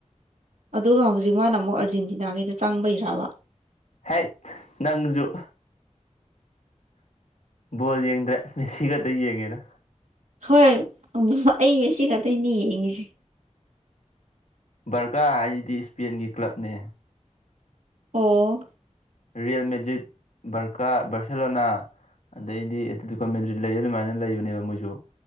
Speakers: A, on the right; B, on the left.
A: ꯑꯗꯨꯒ ꯍꯧꯖꯤꯛ ꯃꯥꯅ ꯑꯃꯨꯛ ꯑꯥꯔꯖꯦꯟꯇꯤꯅꯥꯒꯤꯗ ꯆꯪꯕꯩꯔꯕ
B: ꯍꯩꯠ ꯅꯪꯁꯨ ꯕꯣꯜ ꯌꯦꯡꯗꯔꯦ ꯃꯦꯁꯤ ꯈꯛꯇ ꯌꯦꯡꯉꯦꯗ
A: ꯍꯣꯏ ꯎꯝ ꯑꯩ ꯃꯦꯁꯤ ꯈꯇꯩꯅꯤ ꯌꯦꯡꯉꯤꯖꯦ
B: ꯕꯔꯀꯥ ꯍꯥꯏꯖꯤꯗꯤ ꯏꯁꯄꯦꯟꯒꯤ ꯀ꯭ꯂꯕꯅꯦ
A: ꯑꯣ
B: ꯔꯤꯌꯦꯜ ꯃꯦꯖꯤꯠ ꯕꯔꯀꯥ ꯕꯔꯁꯦꯂꯣꯅꯥ ꯑꯗꯩꯗꯤ <unintelligible> ꯂꯩ ꯑꯗꯨꯃꯥꯏꯅ ꯂꯩꯕꯅꯦꯕ ꯃꯣꯏꯖꯨ